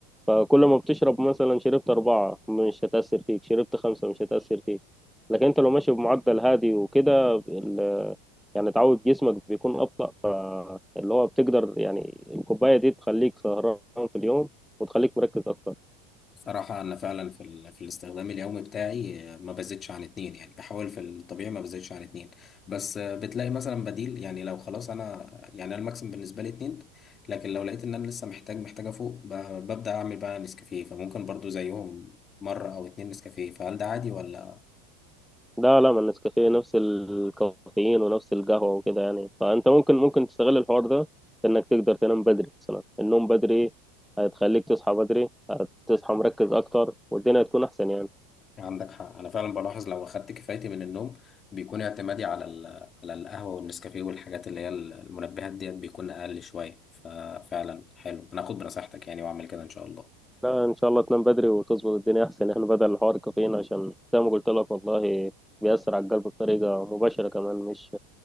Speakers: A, in the centre; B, on the left (about 30°).
A: فكل ما بتشرب مثلا شربت أربعة مش هتأثر فيك شربت خمسة مش هتأثر فيك لكن انت لو ماشي بمعدل هادي وكده ال- يعني تعود جسمك بيكون أبطأ فاللي هو بتقدر يعني الكوباية دي تخليك سهران في اليوم وتخليك مركز أكتر
B: صراحة أنا فعلا في, ال... في الاستخدام اليومي بتاعي آه، ما بزيدش عن اتنين يعني بحاول في الطبيعي ما بزيدش عن اتنين بس آه، بتلاقي مثلا بديل يعني لو خلاص أنا يعني أنا الماكسيم بالنسبة لي اتنين لكن لو لقيت إن أنا لسه محتاج محتاجة فوق ب... ببدأ أعمل بقى نسكافيه فممكن برضو زيهم مرة أو اتنين نسكافيه فهل ده عادي ولا
A: لا لا ما النسكافيه نفس الكافيين ونفس القهوة وكده يعني فأنت ممكن ممكن تستغل الحوار ده في إنك تقدر تنام بدري مثلا النوم بدري هتخليك تصحى بدري هتصحى مركز أكتر والدنيا هتكون أحسن يعني
B: عندك حق انا فعلا بلاحظ لو اخدت كفايتي من النوم بيكون اعتمادي على ال- على القهوه والنسكافيه والحاجات اللي هي المنبهات ديت بيكون اقل شويه ففعلا حلو انا هاخد بنصيحتك يعني واعمل كده ان شاء الله
A: لا إن شاء الله تنام بدري وتظبط الدنيا أحسن يعني بدل الحوار الكافيين عشان زي ما قلت لك والله بيأثر على القلب بطريقة مباشرة كمان مش